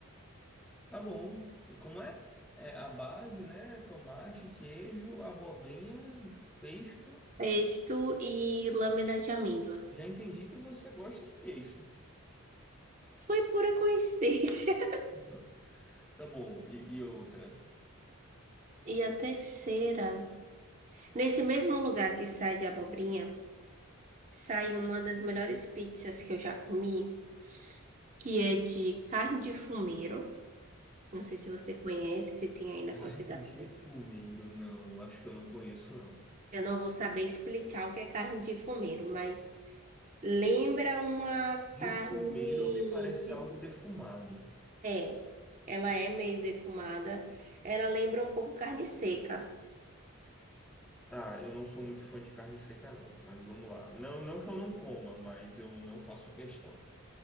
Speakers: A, in the centre; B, on the right.
A: Tá bom. E como é? É a base, né? Tomate, queijo, abobrinha, pesto.
B: pesto e lâminas de amêndoa.
A: Já entendi que você gosta de pesto.
B: Foi pura coincidência. <laughs>
A: <laughs> Tá bom. E, e outra?
B: E a terceira. Nesse mesmo lugar que sai de abobrinha, sai uma das melhores pizzas que eu já comi, que é de carne de fumeiro. Não sei se você conhece, se tem aí na
A: Carne
B: sua cidade.
A: de fumeiro, não. Acho que eu não conheço, não.
B: Eu não vou saber explicar o que é carne de fumeiro, mas lembra uma
A: De
B: carne.
A: fumeiro me parece
B: de-
A: algo defumado.
B: É, ela é meio defumada. Ela lembra um pouco carne seca,
A: Tá, eu não sou muito fã de carne seca, não. Mas vamos lá. Não, não que eu não coma, mas eu não faço questão.